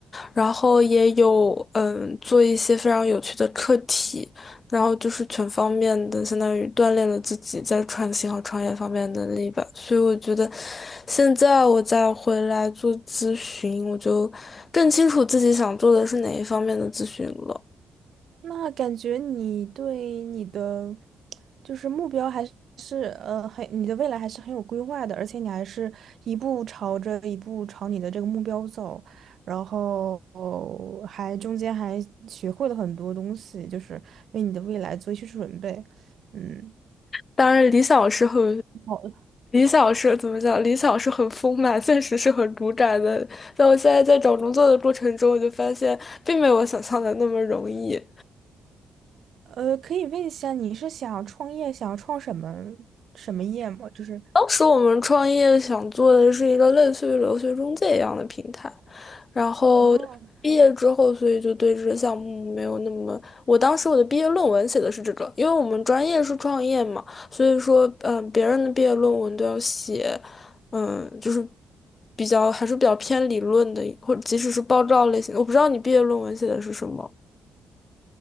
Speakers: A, on the left; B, on the right.
A: 然后也有嗯做一些非常有趣的课题。然后就是全方面的，相当于锻炼了自己在创新和创业方面的能力吧。所以我觉得，现在我再回来做咨询，我就更清楚自己想做的是哪一方面的咨询了。
B: 那感觉你对你的就是目标还是呃很你的未来还是很有规划的，而且你还是一步朝着一步朝你的这个目标走，然后还中间还学会了很多东西，就是为你的未来做一些准备。嗯，
A: 当然，理想是很，
B: 好的
A: 理想是怎么讲？理想是很丰满，现实是很骨感的。但我现在在找工作的过程中，我就发现，并没有我想象的那么容易。
B: 呃，可以问一下你是想创业，想创什么什么业吗？就是
A: 当时我们创业想做的是一个类似于留学中介一样的平台，然后毕业之后，
B: 哦。
A: 所以就对这个项目没有那么。我当时我的毕业论文写的是这个，因为我们专业是创业嘛，所以说，嗯，别人的毕业论文都要写，嗯，就是比较还是比较偏理论的，或者即使是报告类型的。我不知道你毕业论文写的是什么。